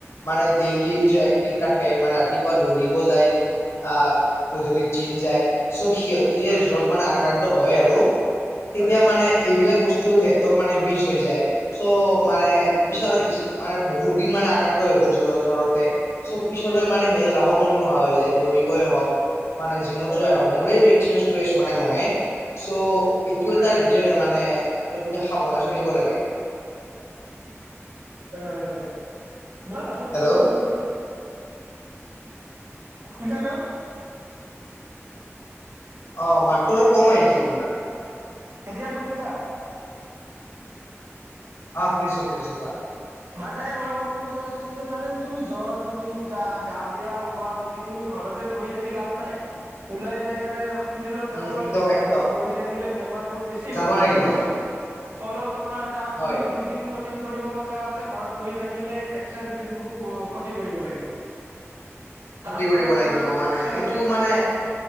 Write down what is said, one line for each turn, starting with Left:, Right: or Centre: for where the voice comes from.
Left: মানে ডেইলি নিজে এক্টিভ ৰাখে মানে ৰাতিপুৱা দৌৰিব যায়, আ গধূলিত জিম যায়, চ' সিহঁতে যে
Right: হয়
Left: জৰত মানে আক্ৰান্ত হয় আৰু তেতিয়া
Right: হয়
Left: মানে এইবিলাক বস্তু সিহঁতক মানে মিচ হৈ যায়। চ' মানে
Right: হয় হয় নিশ্চয়
Left: পিছাৰো <unintelligible> মানে বহুত দিন মানে আক্ৰান্ত হৈ গ'ল জৰ-জৰতে, চ' পিছলৈ মানে সেইটো যাব মন নোহোৱা হৈ যায় দৌৰিবই হওঁক মানে জিমত
Right: হয়
Left: যোৱা
Right: হয়
Left: আ, মোৰেইটো এক্সপিৰিয়েন্ঞ্চ কৰি আছো মানে মইয়ে। চ এইটো
Right: হয়
Left: এটা ৰিজন মানে, ত তুমি সাৱধানে চলিব লাগে।
Right: হয় হয় হয়। মই আৰু এটা
Left: হেল্ল'
Right: ভাবিলোঁ মানে শুনছা ন?
Left: অ', মাতটো অলপ কম আহি আছে তোমাৰ।
Right: এতিয়া শুনিছা?
Left: আ শুনিছোঁ শুনিছোঁ।
Right: মানে মই ক'ব বিচাৰিছোঁ যে মানে তুমি জ্বৰ বুলি, গা গা বেয়া হোৱা বুলি তুমি ঘৰতে বহি থাকি লাভ নাই, ওলাই যাই কানে হচ হস্পিতেলত যাব
Left: উম
Right: লাগিব
Left: একদম একদম
Right: ঘৰত বহি থাকিলে বেমাৰবোৰ বেছি
Left: যাব
Right: হ'ব।
Left: লাগিব
Right: ফলত তোমাৰ কাম
Left: হয়
Right: যদি দুদিন ক্ষতি কৰিব লগা আছে ঘৰত বহি থাকিলে এক্সট্ৰা দুদিন ক্ষতি কৰিব লাগিব।
Left: ক্ষতি
Right: তাৰ ফলত
Left: কৰিব
Right: তোমাৰ
Left: লাগিব মানে
Right: চেলাৰী
Left: সেইটো
Right: কাটিব
Left: মানে